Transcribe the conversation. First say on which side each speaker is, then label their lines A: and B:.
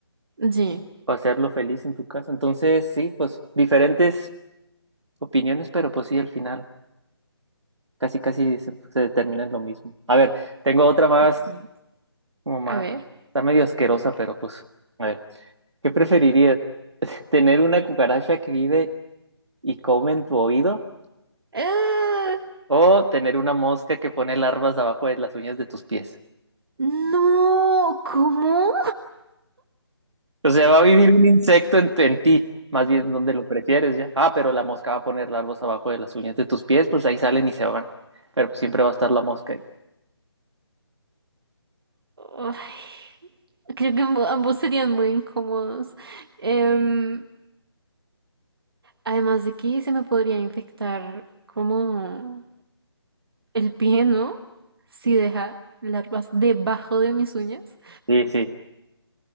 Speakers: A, on the right; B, on the right.
A: Sí,
B: o hacerlo feliz en tu casa. Entonces, sí, pues diferentes opiniones, pero pues sí, al final. Casi, casi se, se determina lo mismo. A ver, tengo otra más,
A: es cierto.
B: como más,
A: A ver.
B: está medio asquerosa, pero pues, a ver, ¿qué preferirías? ¿Tener una cucaracha que vive y come en tu oído?
A: ¡Ah!
B: ¿O tener una mosca que pone larvas abajo de las uñas de tus pies?
A: No, ¿cómo?
B: O sea, va a vivir un insecto en, tu- en ti, más bien donde lo prefieres ya. Ah, pero la mosca va a poner larvas abajo de las uñas de tus pies, pues ahí salen y se van. Pero pues, siempre va a estar la mosca ahí.
A: Ay, creo que ambo- ambos serían muy incómodos. Em, Además de que se me podría infectar como el pie, ¿no? Si deja larvas debajo de mis uñas.
B: Sí, sí.